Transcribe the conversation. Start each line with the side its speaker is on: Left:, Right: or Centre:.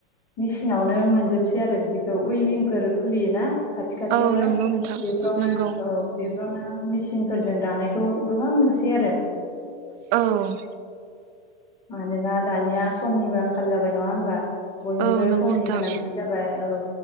Left: मिसिनावनो मोनजोबसै आरो बिदिखौ उइभिंफोर खुलियोना खाथि खाथियावहाय
Right: औ नंगौ नोंथां
Left: बेफोरावनो
Right: नंगौ
Left: औ बे बेफोरावनो मिसिनफोरजों दानायखौ गोबां नुसै आरो
Right: औ
Left: मानोना दानिया समनिबो आंखाल जाबाय नङा होमबा? बयनोबो
Right: औ नंगौ
Left: समनि
Right: नोंथां
Left: गोनांथि जाबाय औ